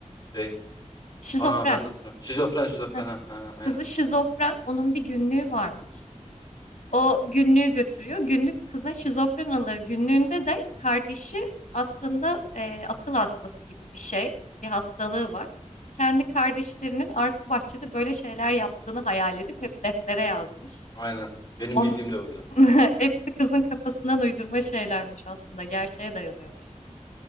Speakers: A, on the left; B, on the left.
A: Şey,
B: Şizofren.
A: ana ben de hatırlıyorum. Şizofren, şizofren.
B: Heh.
A: Ha, ha, ha, aynen,
B: Kızı şizofren
A: aynen.
B: onun bir günlüğü varmış. O günlüğü götürüyor. Günlük kızın şizofren alır. Günlüğünde de kardeşi aslında e, akıl hastası gibi bir şey, bir hastalığı var. Kendi kardeşlerinin arka bahçede böyle şeyler yaptığını hayal edip hep deftere yazmış.
A: Aynen. Benim
B: On
A: bildiğim de buydu.
B: <laughs> hepsi kızın kafasından uydurma şeylermiş aslında, gerçeğe dayanıyormuş.